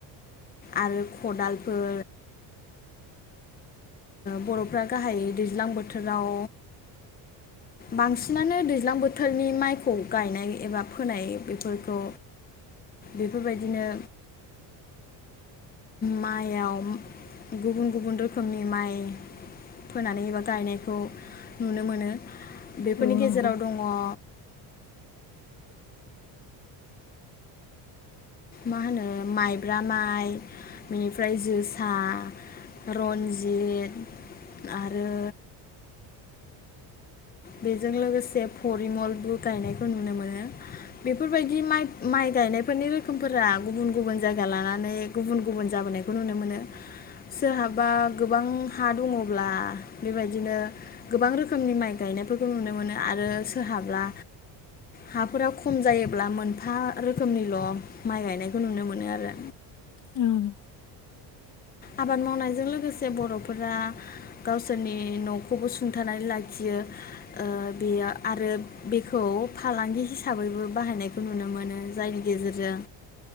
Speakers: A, on the left (about 20°); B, on the left (about 45°).
A: आरो खदालफोर बर'फ्रा गाहायै दैज्लां बोथोराव बांसिनानो दैज्लां बोथोरनि माइखौ गायनाय एबा फोनाय बेफोरखौ बेफोरबायदिनो माइआव गुबुन गुबुन रोखोमनि माइ फोनानै एबा गायनायखौ नुनो मोनो बेफोरनि
B: औ
A: गेजेराव
B: नंगौ
A: दङ औ
B: <inaudible>
A: मा होनो माइब्रा माइ बेनिफ्राय जोसा रन्जित आरो बेजों लोगोसे से परिमलबो गायनायखौ नुनो मोनो बेफोरबायदि माइ गायनायफोरनि रोखोमफोरा गुबुन गुबुन जायगा लानानै गुबुन गुबुन जाबोनायखौ नुनो मोनो सोरहाबा गोबां हा दङब्ला बेबायदिनो गोबां रोखोमनि माइ माइ गायनायफोरखौ नुनो मोनो आरो सोरहाब्ला हाफोरा खम जायोब्ला मोनफा रोखोमनिल' माइ गायनायखौ नुनो मोनो आरो
B: औ
A: आबाद मावनायजों लोगोसे बर'फोरा गावसोरनि न'खौबो सुंथानानै लाखियो बेयो आरो बेखौ फालांगि हिसाबैबो बाहायनायखौ नुनो मोनो जायनि गेजेरजों